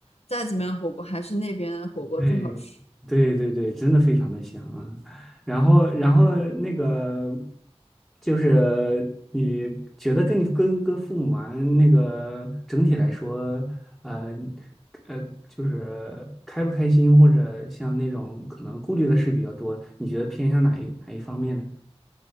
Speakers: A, on the left; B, in the centre.
A: 再怎么样火锅，还是那边的火锅最好吃。
B: 对，对对对，真的非常的香啊。然后，然后那个就是你觉得跟你跟跟父母玩那个整体来说，呃呃，就是开不开心，或者像那种可能顾虑的事比较多，你觉得偏向哪一哪一方面呢？